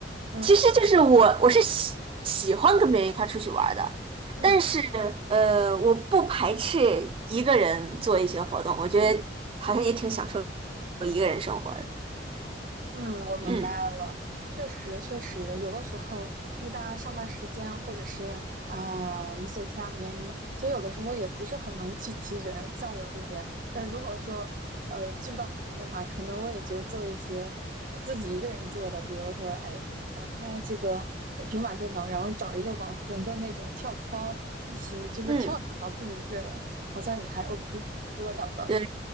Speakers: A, on the right; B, on the right.
A: 嗯
B: 其实就是我，我是喜喜欢跟别人一块儿出去玩儿的，
A: 嗯。
B: 但是呃，我不排斥一个人做一些活动，我觉得好像也挺享受一个人生活的。
A: 嗯，我明白了，
B: 嗯
A: 确实确实，有的时候因为大家上班时间或者是啊、一些其他的原因，其实有的时候也不是很能聚齐人。像我这边，但如果说呃聚不到朋友的话，可能我也就做一些呃自己一个人做的，比如说哎，打开这个呃平板电脑，然后找一个网红的那种跳操，一起就是跳一跳，
B: 嗯，
A: 自己一个人好像也还 OK。如果找不到人。
B: 对，